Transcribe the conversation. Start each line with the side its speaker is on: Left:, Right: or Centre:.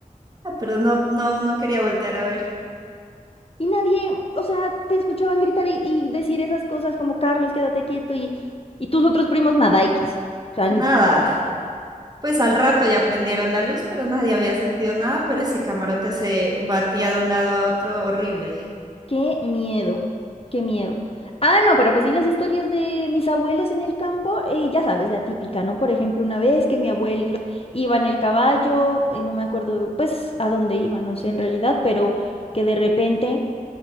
Right: ah", pero no, no, no quería voltear a ver.
Left: Y nadie, o sea, te escuchaban gritar y, y decir esas cosas como Carlos, quédate quieto, y, y tus otros primos nada X. O sea,
Right: Nada. Pues al rato ya prendieron la luz, pero nadie había sentido nada, pero ese camarote se batía de un lado a otro horrible.
Left: Qué miedo, qué miedo. Ah, no, pero pues sí, las historias de mis abuelos en el campo, eh, ya sabes, la típica, ¿no? Por ejemplo, una vez que mi abuelo iba en el caballo, eh, no me acuerdo, pues, a dónde iba, no sé en realidad, pero que de repente